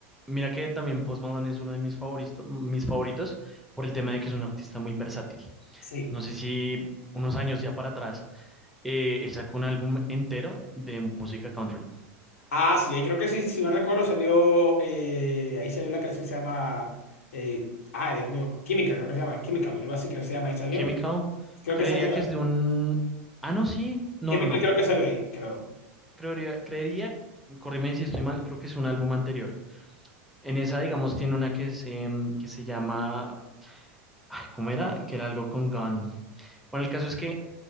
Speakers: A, in the centre; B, on the left.
A: mira que también Post Malone es uno de mis favoritos, mis favoritos por el tema de que es un artista muy versátil.
B: sí.
A: No sé si unos años ya para atrás eh, él sacó un álbum entero de música country.
B: Ah, sí, ahí creo que sí, si mal recuerdo salió, eh, ahí salió la canción que se llama, eh, ay Dios mío, Química, creo que se llama, Química, algo así creo que se llama, ahí salió,
A: Chemical,
B: creo
A: creería
B: que salió
A: que
B: ahí,
A: es de un... Ah, no, sí. No,
B: Chemical
A: no, no.
B: creo que salió ahí, creo.
A: Creería, creería, corríme si estoy mal, creo que es un álbum anterior. En esa, digamos, tiene una que, es, em, que se llama... Ay, ¿cómo era? Que era algo con Gun. Bueno, el caso es que